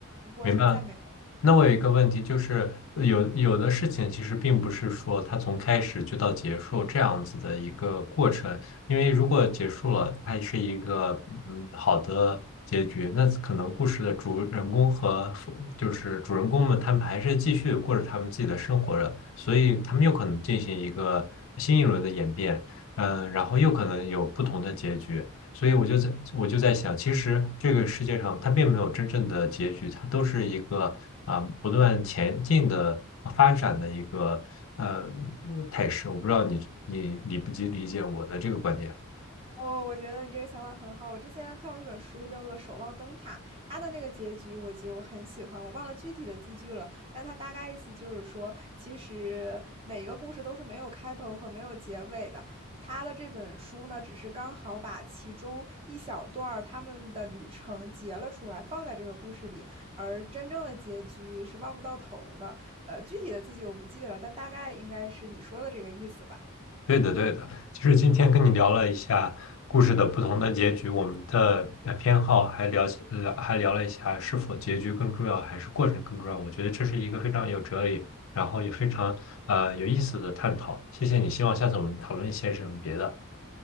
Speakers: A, on the right; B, on the left.
A: 过程再美。
B: 明白。那我有一个问题，就是呃有有的事情其实并不是说它从开始就到结束这样子的一个过程，因为如果结束了，它是一个嗯好的结局，那可能故事的主人公和副就是主人公们他们还是继续过着他们自己的生活着，所以他们又可能进行一个新一轮的演变，嗯，然后又可能有不同的结局。所以我就在我就在想，其实这个世界上它并没有真正的结局，它都是一个啊、不断前进的发展的一个呃态势。我不知道你你理不理解我的这个观点。
A: 哦，我觉得你这个想法很好。我之前看过一本书，叫做《守望灯塔》，它的那个结局我就很喜欢。我忘了具体的字句了，但它大概意思就是说，其实每一个故事都是没有开头和没有结尾的。他的这本书呢，只是刚好把其中一小段儿他们的旅程截了出来，放在这个故事里，而真正的结局是望不到头的。呃，具体的字句我不记得了，但大概应该是你说的这个意思吧？
B: 对的，对的，其实今天跟你聊了一下故事的不同的结局，我们的呃偏好，还聊起，聊，还聊了一下是否结局更重要，还是过程更重要。我觉得这是一个非常有哲理，然后也非常呃有意思的探讨。谢谢你，希望下次我们讨论一些什么别的。